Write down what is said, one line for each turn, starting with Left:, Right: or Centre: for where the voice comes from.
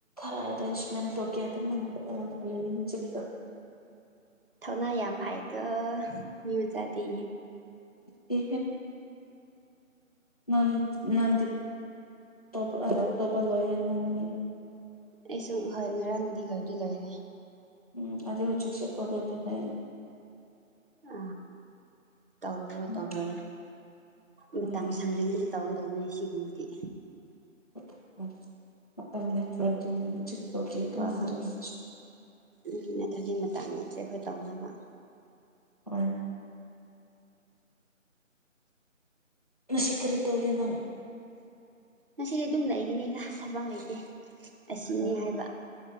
Left: ꯑꯔꯦꯟꯖꯃꯦꯟ ꯀꯌꯥ ꯃꯟꯅ ꯇ ꯂꯩ ꯆ
Right: ꯊꯧꯅꯥ ꯌꯥꯝ ꯐꯏꯒ ꯃꯤ ꯃꯖꯥꯗꯤ
Left: ꯍꯦ ꯅꯟ ꯅ ꯇꯕ ꯇꯕ ꯂꯣꯏꯔꯦ ꯅꯟꯅꯤ
Right: ꯑꯩ ꯁꯨꯝ ꯍꯣꯏ ꯉꯔꯥꯡ ꯅꯨꯗꯤ ꯂꯣꯏꯗꯤ ꯂꯣꯏꯔꯦ
Left: ꯎꯝ ꯑꯗꯨꯗꯒꯤ ꯍꯧ ꯎꯆꯛꯁ ꯄꯗꯗꯨ ꯅ
Right: ꯑ ꯇꯧꯔꯨꯔꯣ
Left: ꯎꯝ
Right: ꯇꯧꯔꯨꯔꯣ ꯃꯇꯝ
Left: ꯍꯣꯏ
Right: ꯁꯪꯗ꯭ꯉꯗꯤ ꯇꯧꯒ ꯇꯧꯒꯅꯦ ꯁꯤꯒꯨꯝꯕꯗꯤ
Left: <unintelligible>
Right: ꯍꯣꯏ
Left: ꯃꯇꯝꯁꯨ
Right: ꯍꯣꯏ ꯎꯝ ꯃ ꯑꯗꯨꯒꯤ ꯃꯇꯥꯡꯗꯆꯦ ꯑꯩꯈꯣꯏ ꯇꯧꯅꯕ
Left: ꯑꯣꯏ ꯃꯁꯤꯁꯤ ꯀꯔꯤ ꯇꯧꯌꯦ ꯅꯪ
Right: ꯉꯁꯤꯗꯤ ꯑꯗꯨꯝ ꯂꯩꯒꯤꯅꯤꯗ ꯊꯕꯛ ꯂꯩꯇꯦ ꯑꯁꯤꯅꯤ
Left: ꯑꯣ
Right: ꯍꯥꯏꯕ